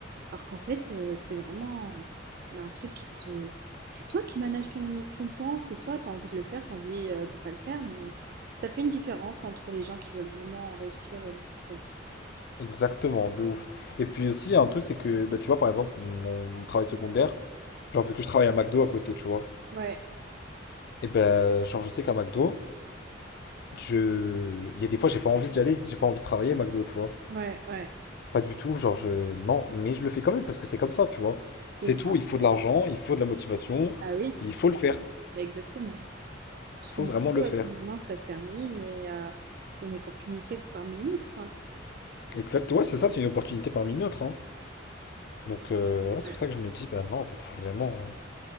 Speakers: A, on the right (about 50°); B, on the left (about 55°).
A: Alors qu'en fait, heu, c'est vraiment, bah, un truc qui te c'est toi qui manages ton ton temps, c'est toi, tu as envie de le faire, tu as envie, heu, de pas le faire, mais ça fait une différence entre les gens qui veulent vraiment réussir et non, je trouve.
B: exactement, de ouf. Et puis aussi, il y a un truc, c'est que, bah, tu vois, par exemple, mon travail secondaire, genre, vu que je travaille à McDo à côté, tu vois,
A: Ouais,
B: et ben, genre, je sais qu'à McDo, je... il y a des fois, j'ai pas envie d'y aller, j'ai pas envie de travailler à McDo, tu vois.
A: ouais, ouais,
B: Pas du tout, genre, je... Non, mais je le fais quand même, parce que c'est comme ça, tu vois.
A: c'est
B: C'est
A: ça.
B: tout, il faut de l'argent, il faut de la motivation,
A: Bah oui,
B: il faut
A: bah
B: le faire.
A: oui, bah exactement. Parce
B: Il
A: que
B: faut
A: McDo,
B: vraiment le
A: à
B: faire.
A: tout moment, ça se termine et heu, c'est une opportunité parmi une autre, quoi.
B: Exact, ouais, c'est ça, c'est une opportunité parmi d'autres. hein. Donc,
A: Donc
B: euh,
A: euh,
B: ouais, c'est
A: ouais.
B: pour ça que je me dis, bah non, en fait, faut vraiment,